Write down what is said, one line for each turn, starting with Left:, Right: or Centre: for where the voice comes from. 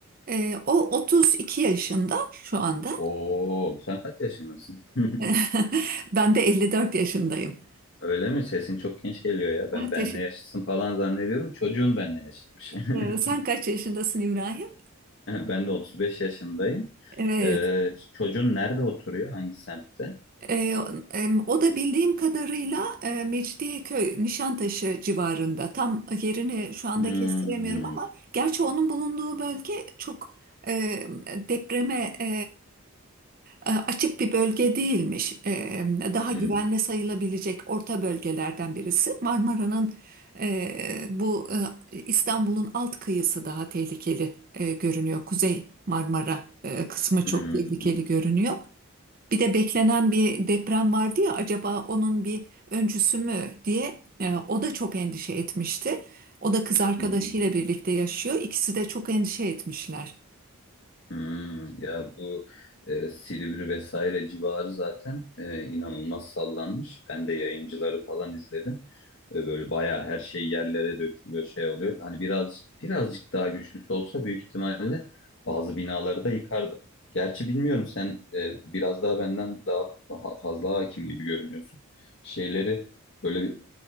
Right: e, o 32 yaşında şu anda.
Left: Oo, sen kaç yaşındasın? <laughs>
Right: <laughs> Ben de 54 yaşındayım.
Left: Öyle mi? Sesin çok genç geliyor ya.
Right: Ah,
Left: Ben benle
Right: teşekkür-
Left: yaşıtsın falan zannediyorum. Çocuğun benle yaşıtmış.
Right: E,
Left: <laughs>
Right: sen kaç yaşındasın İbrahim?
Left: Ben de 35 yaşındayım.
Right: Evet.
Left: E, çocuğun nerede oturuyor? Hangi semtte?
Right: Ee, em, o da bildiğim kadarıyla e, Mecidiyeköy, Nişantaşı civarında. Tam yerini şu anda
Left: Hmm.
Right: kestiremiyorum ama gerçi onun bulunduğu bölge çok e, depreme e, e, açık bir bölge değilmiş. E, daha
Left: Hmm.
Right: güvenli sayılabilecek orta bölgelerden birisi. Marmara'nın e, bu e, İstanbul'un alt kıyısı daha tehlikeli e, görünüyor. Kuzey Marmara e, kısmı
Left: Hmm,
Right: çok tehlikeli görünüyor. Bir de beklenen bir deprem vardı ya acaba onun bir öncüsü mü diye e, o da çok endişe etmişti. O da kız arkadaşıyla
Left: hmm,
Right: birlikte yaşıyor. İkisi de çok endişe etmişler.
Left: hmm. Ya bu e, Silivri vesaire civarı zaten e, inanılmaz sallanmış. Ben de yayıncıları falan izledim. E, böyle bayağı her şey yerlere dökülüyor, şey oluyor. Hani birazcık birazcık daha güçlüsü olsa büyük ihtimalle bazı binaları da yıkardı. Gerçi bilmiyorum sen e, biraz daha benden daha daha fazla hakim gibi görünüyorsun. Şeyleri böyle bir